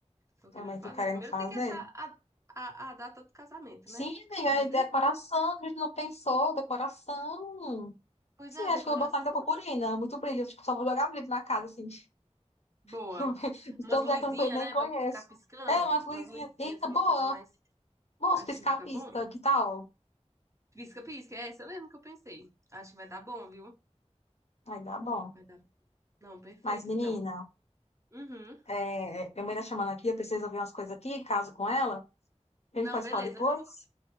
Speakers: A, on the right (about 25°); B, on the left (about 65°).
A: Tô
B: Também
A: querendo fazer.
B: tô querendo
A: Primeiro
B: fazer?
A: tem que achar a, a, a data do casamento,
B: Sim,
A: né?
B: amiga,
A: Aí
B: é decoração, a gente não pensou, decoração.
A: depois
B: Sim,
A: a
B: acho
A: decoração.
B: que eu vou botar muita purpurina, muito brilho, tipo, só vou jogar brilho na casa, assim.
A: Boa.
B: <laughs> De
A: Umas
B: todo lugar
A: luzinhas,
B: que eu não nem
A: né?
B: conheço.
A: Pra ficar piscando.
B: É, umas luzinhas,
A: Umas luzinhas,
B: eita,
A: assim,
B: boa.
A: uma coisa mais.
B: Bons
A: Acho
B: piscar-pisca,
A: que fica bom.
B: que tal?
A: Pisca, pisca. É essa mesmo que eu pensei. Acho que vai dar bom, viu?
B: Aí dá bom.
A: Vai dar. Não, perfeito,
B: Mas, menina,
A: então. Uhum.
B: é, minha mãe tá chamando aqui, eu preciso ouvir umas coisas aqui, caso com ela. A gente
A: Não,
B: pode
A: beleza.
B: falar depois?
A: Eu já vou...